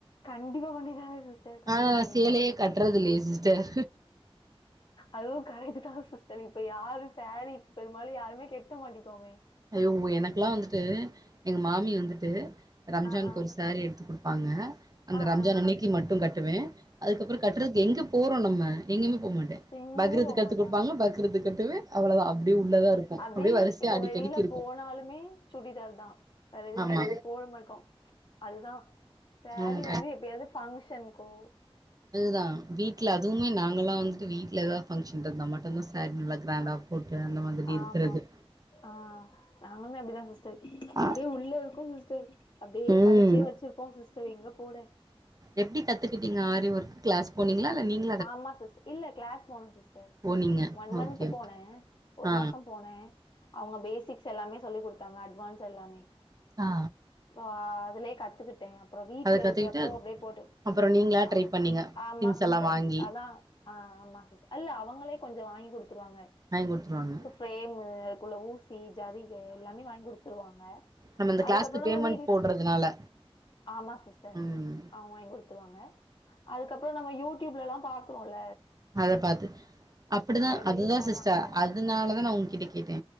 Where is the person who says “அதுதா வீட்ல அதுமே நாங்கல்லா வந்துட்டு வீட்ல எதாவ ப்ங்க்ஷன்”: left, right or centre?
Right